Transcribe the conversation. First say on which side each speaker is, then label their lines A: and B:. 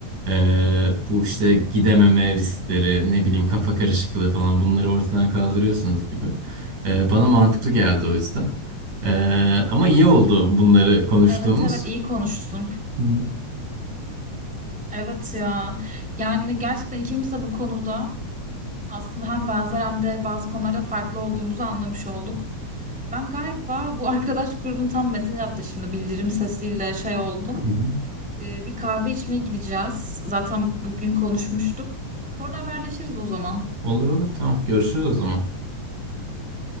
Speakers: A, on the right (about 70°); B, in the centre.
A: Ee, bu işte gidememe riskleri, ne bileyim kafa karışıklığı falan bunları ortadan kaldırıyorsunuz gibi. Ee, bana mantıklı geldi o yüzden. Ee, ama iyi oldu bunları konuştuğumuz.
B: Evet evet iyi konuştun.
A: Hı
B: Evet ya. Yani gerçekten ikimiz de bu konuda aslında hem benzer hem de bazı konularda farklı olduğumuzu anlamış olduk. Ben galiba bu arkadaş grubun tam mesaj attı şimdi bildirim sesiyle şey oldum.
A: hı.
B: Ee, bir kahve içmeye gideceğiz. Zaten bugün konuşmuştuk. Sonra haberleşiriz o zaman.
A: Olur olur tamam görüşürüz o zaman.